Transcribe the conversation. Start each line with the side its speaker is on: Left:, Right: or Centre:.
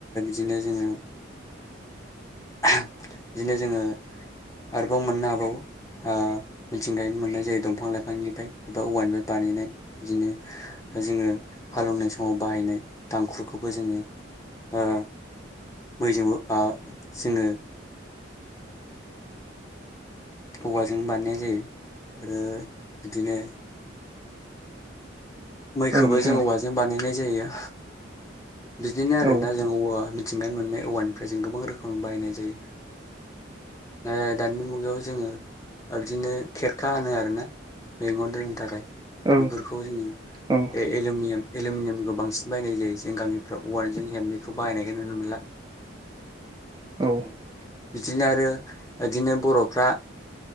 Left: दिनो जोङो <unintelligible> बिदिनो जोङो आरोबाव मोननो हाबावो ओ मिथिंगाय मोननाय जायो दंफां लाइफांनिफ्राय बा औवानि बानायनाय बिदिनो जोङो हालेवनाय समाव बाहायनाय दांखुरखौबो जोङो ओ मैजोंबो ओ जोङो ओवाजों बाननाय जायो ओ बिदिनो मैखोबो
Right: ओं नोंथां
Left: जों औवाजों बानायनाय जायो। बिदिनो आरो
Right: औ ओं
Left: ना जों औवा मिथिंगानि मोननाय। औवानिफाय जों गोबां रोखोम बायनाय जायो ओ दानि मुग बेयाव जोङो ओदिनो खेरखा होनो आरोना मंगन दोननो थाखाय
Right: ओं
Left: बेफोरखौ जोङो
Right: औ
Left: ए-एलमिनियाम एलुमिनियामखौ बांसिन बायनाय जायो जों गामिआव। फ्राव वाजों हेबनायखौ बाहायनायखौ नुनो मोनला।
Right: औ
Left: बिदिनो आरो इदिनो बर'फ्रा